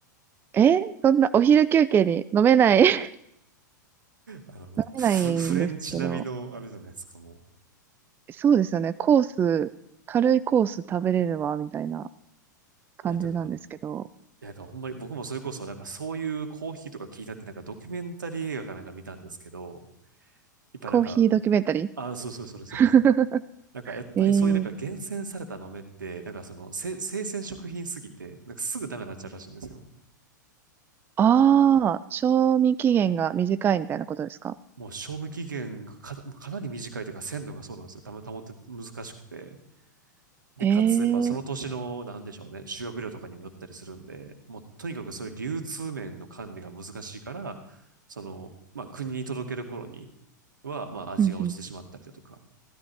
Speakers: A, on the right; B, on the right.
A: えそんなお昼休憩に飲めない <laughs>
B: あの、
A: 飲めないんですけど、
B: フ、フレンチ並みの、あれじゃないですか、も
A: そうですよね。コース、軽いコース食べれるわ、みたいな感じなんですけど、
B: いや、とか、いやなんかほんまに僕もそれこそ、なんかそういうコーヒーとか聞いたって、なんかドキュメンタリー映画かなんか見たんですけど、やっぱなんか、
A: コーヒードキュメンタリ
B: あ、そうそう、それそれそれ。
A: ー <laughs>
B: なんかやっぱりそういうなんか厳選された豆って、
A: えー
B: なんかそのせ生鮮食品すぎて、なんかすぐダメになっちゃうらしいんですよ。
A: ああ、賞味期限が短いみたいなことですか
B: もう賞味期限がかな、かなり短いというか鮮度がそうなんですよ。たま、保って難しくて。で、
A: へ
B: かつ、やっぱその年の、
A: え、
B: なんでしょうね、修学料とかにもよったりするんで、もうとにかくそういう流通面の管理が難しいから、その、まあ国に届ける頃には、まあ味が落ちてしまったりだとか、
A: うんうん。